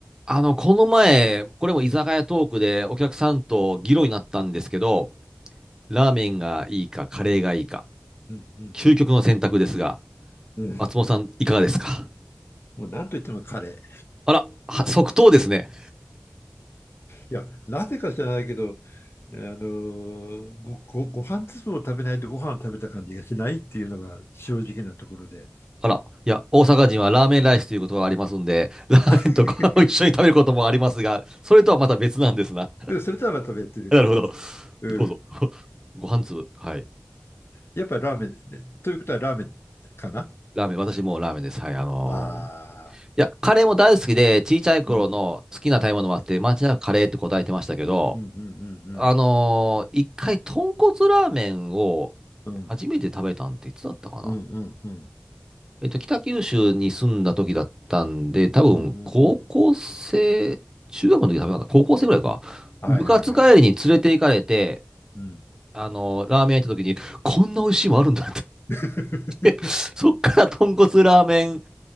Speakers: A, on the right (about 15°); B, on the left (about 75°).
A: あの、この前、これも居酒屋トークでお客さんと議論になったんですけど、ラーメンがいいか、カレーがいいか、
B: うんうん
A: 究極の選択ですが、
B: うん。うん、
A: 松本さん、いかがですか
B: もう何と言っても彼。
A: あら、は即答ですね。
B: いや、なぜか知らないけど、あのーご、ご、ご飯粒を食べないとご飯を食べた感じがしないっていうのが正直なところで。
A: あら、いや、大阪人はラーメンライスということがありますんで、ラーメンとご飯を一緒に食べることもありますが、
B: <laughs>
A: それとはまた別なんですな。
B: でもそれとはまた別別別。
A: <laughs> なるほど。
B: うん。
A: どうぞ。<laughs> ご飯粒。はい。
B: やっぱりラーメン、ねということはラーメンかな
A: ラーメン、私もうラーメンです。はい、あのー
B: あ
A: いや、カレーも大好きで、小さい頃の好きな食べ物もあって、
B: あー、うん。
A: 間違いなくカレーって答えてましたけど、
B: うんうん
A: あのー一回、豚骨ラーメンを
B: うんうん。
A: 初めて食べたんっていつだったかな。
B: うんうんうんうん。
A: えっと、北九州に住んだ時だったんで、多分、
B: うんうんうん。
A: 高校生、中学の時食べなかった。高校生ぐらいか。
B: はいはいはいはい。
A: 部活帰りに連れて行かれて、
B: うん。
A: あのーラーメン屋行った時に、こんな美味しいもんあるんだって
B: <laughs>
A: 言って <laughs> そっから豚骨ラーメン